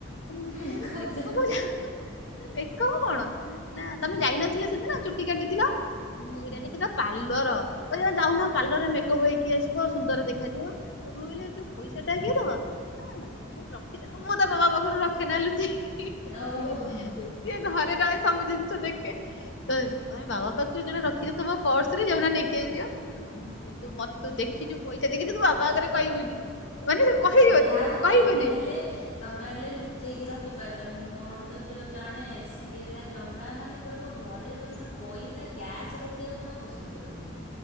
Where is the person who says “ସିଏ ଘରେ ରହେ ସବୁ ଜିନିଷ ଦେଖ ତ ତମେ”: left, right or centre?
Left